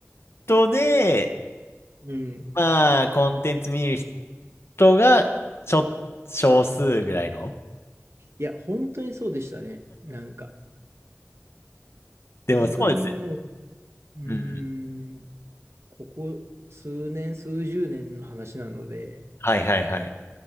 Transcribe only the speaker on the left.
トで、
まあ、コンテンツ見る人が、ちょ、少数ぐらいの。
でもそうですよ
うん。
はいはいはい。